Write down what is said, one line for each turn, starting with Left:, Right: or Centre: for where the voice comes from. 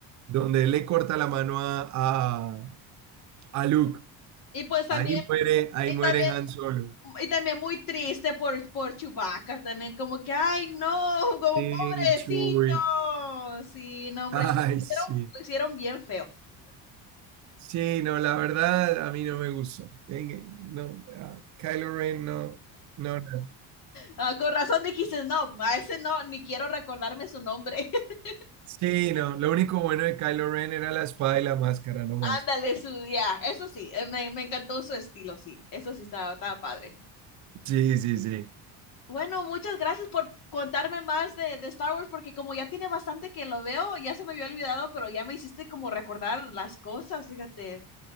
Right: donde él le corta la mano a, a, a Luke.
Left: Y pues también
Right: Ahí muere, ahí
Left: Y
Right: muere
Left: también,
Right: Han Solo.
Left: y también muy triste por, por Chewbacca, también como que, ay, no, <laughs> como
Right: Sí,
Left: pobrecito.
Right: Chewie.
Left: Sí, no, hombre,
Right: Ay,
Left: lo hicieron,
Right: sí.
Left: lo hicieron bien feo.
Right: Sí, no, la verdad a mí no me gustó. En- e, No, a Kylo Ren no, no, no.
Left: Ah, con razón dijiste, no, a ese no, ni quiero recordarme su nombre. <laughs>
Right: Sí, no, lo único bueno de Kylo Ren era la espada y la máscara, no más.
Left: Ándale, su, ya, eso sí, eh, me, me encantó su estilo, sí, eso sí estaba, estaba padre.
Right: Sí, sí, sí.
Left: Bueno, muchas gracias por contarme más de, de Star Wars, porque como ya tiene bastante que lo veo, ya se me había olvidado, pero ya me hiciste como recordar las cosas, fíjate.